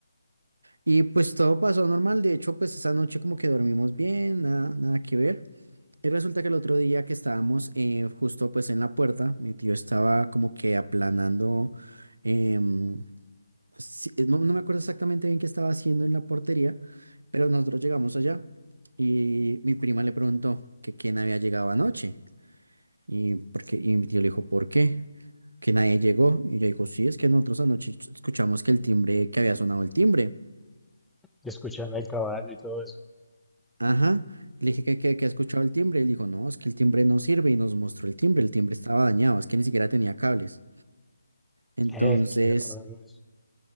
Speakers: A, on the right; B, in the centre.
A: Y pues todo pasó normal, de hecho pues esa noche como que dormimos bien, nada, nada que ver. Y resulta que el otro día que estábamos eh, justo pues en la puerta, mi tío estaba como que aplanando, em, pues, sí, eh, no, no me acuerdo exactamente bien qué estaba haciendo en la portería, pero nosotros llegamos allá y mi prima le preguntó que quién había llegado anoche y, porque, y mi tío le dijo, ¿por qué? Que nadie llegó y yo dijo, sí, es que nosotros anoche escuchamos que el timbre, que había sonado el timbre.
B: y escuchando el caballo y todo eso.
A: Ajá. Le dije que, que, que ha escuchado el timbre. Él dijo, no, es que el timbre no sirve y nos mostró el timbre. El timbre estaba dañado, es que ni siquiera tenía cables. Entonces,
B: Eh, qué raro eso.